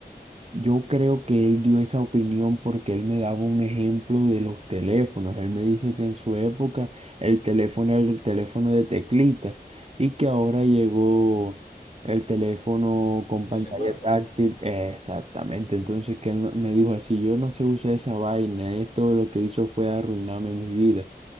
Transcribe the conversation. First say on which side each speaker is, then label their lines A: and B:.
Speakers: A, on the right; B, on the left.
A: Yo creo que él dio esa opinión porque él me daba un ejemplo de los teléfonos. Él me dice que en su época el teléfono era el teléfono de teclitas y que ahora llegó el teléfono con
B: Y
A: pantalla
B: el smartphone.
A: táctil. Exactamente, entonces que él no- me dijo así, yo no sé usar esa vaina, esto lo que hizo fue arruinarme mi vida.